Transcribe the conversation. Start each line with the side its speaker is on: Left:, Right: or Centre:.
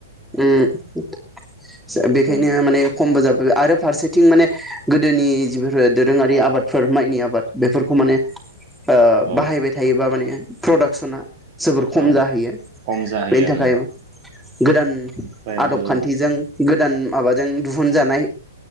Centre: ओम
Right: बेफोरखौ
Centre: बेखायनो माने खमबो जाबोबार आरो फारसेथिं माने गोदोनि फोर दोरोङारि आबादफोर माइनि आबाद बेफोरखौ माने ओ
Right: औ
Centre: बाहायबाय थायोबा माने प्रडाक्सना जोबोर खम
Right: औ
Centre: जाहैयो
Right: खम जाहैयो
Centre: बेनि थाखाय
Right: ओं
Centre: गोदान
Right: ओमफ्राय
Centre: आदब
Right: आरो
Centre: खान्थिजों गोदान माबा जों दिहुनजानाय